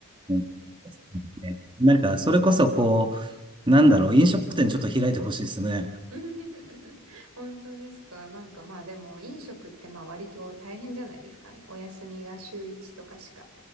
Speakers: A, on the right; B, on the right.
A: うんねなんか、それこそこう、なんだろう、飲食店ちょっと開いてほしいですね。
B: <laughs> 本当ですか。なんかまあでも飲食ってまあ割と大変じゃないですか。お休みが週1とかしか。